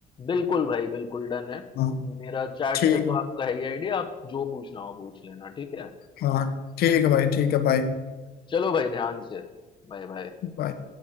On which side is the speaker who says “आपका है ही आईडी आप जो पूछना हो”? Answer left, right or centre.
Left